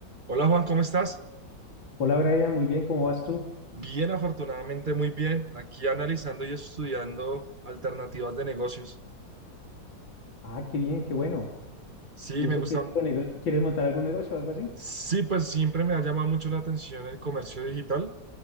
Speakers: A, on the right; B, on the left.
A: Hola Juan, ¿cómo estás?
B: Hola Brian, muy bien, ¿cómo vas tú?
A: Bien, afortunadamente muy bien. Aquí analizando y estudiando alternativas de negocios.
B: Ah, qué bien, qué bueno.
A: Sí,
B: ¿Y eso
A: me gustan.
B: qué tipo de negocio? ¿Quieres montar algún negocio o algo así?
A: Sí, pues siempre me ha llamado mucho la atención el comercio digital.